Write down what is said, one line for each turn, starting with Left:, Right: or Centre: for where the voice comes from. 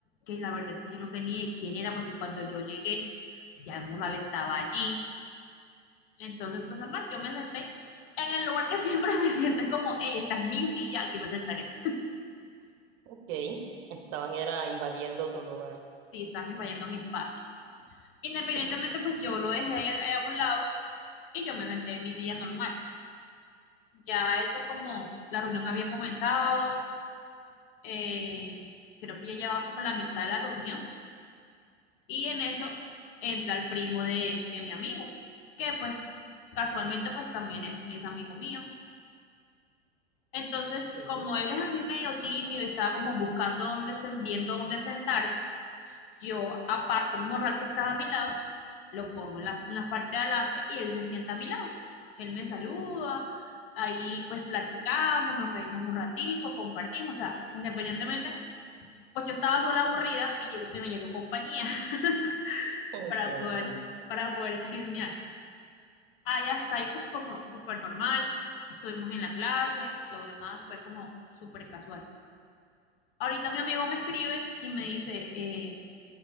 Left: que la verdad es que yo no sé ni de quién era, porque cuando yo llegué, ya el morral estaba allí. Entonces, pues normal, yo me senté en el lugar que siempre <laughs> me siento, es como, hey, esta es mi silla, aquí me sentaré.
Right: Ok, estaban era invadiendo tu lugar.
Left: Sí, están invadiendo mi espacio. Independientemente,
Right: <laughs>
Left: pues yo lo dejé ahí ahí a un lado y yo me senté en mi día normal. Ya eso como la reunión había comenzado, eh, creo que ya llevaba como la mitad de la reunión y en eso entra el primo de, de mi amigo, que pues casualmente pues también es, es amigo mío. Entonces,
Right: Sí,
Left: como él es así medio tímido y estaba como buscando dónde, sen- viendo dónde sentarse, yo aparto el morral que estaba a mi lado, lo pongo en la, en la parte de adelante y él se sienta a mi lado. Él me saluda, ahí pues platicamos, nos reímos un ratico, compartimos, o sea, independientemente, pues yo estaba sola aburrida y llegó, y me llegó compañía <laughs>
Right: entiendo.
Left: para poder, para poder chismear. Ahí hasta ahí pues como súper normal, estuvimos en la clase, lo demás fue como súper casual. Ahorita mi amigo me escribe y me dice, eh,